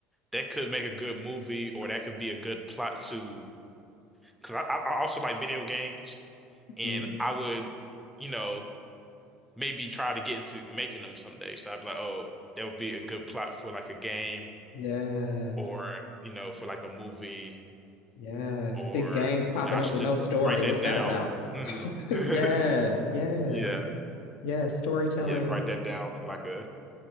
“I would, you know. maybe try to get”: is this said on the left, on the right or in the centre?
Centre